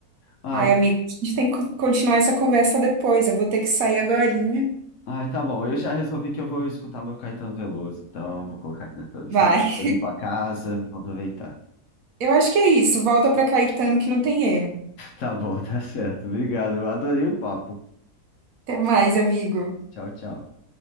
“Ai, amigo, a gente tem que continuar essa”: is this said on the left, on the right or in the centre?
Right